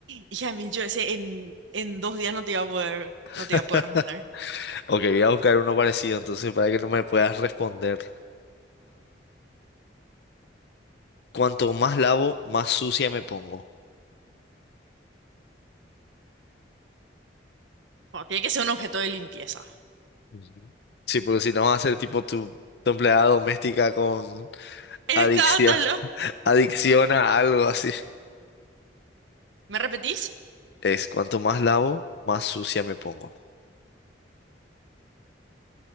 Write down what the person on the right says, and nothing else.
hija mil, yo ese en, en dos días no te iba a poder, no
te iba a poder responder.
No, tiene que ser un objeto de limpieza.
¡Escándalo!
¿Me repetís?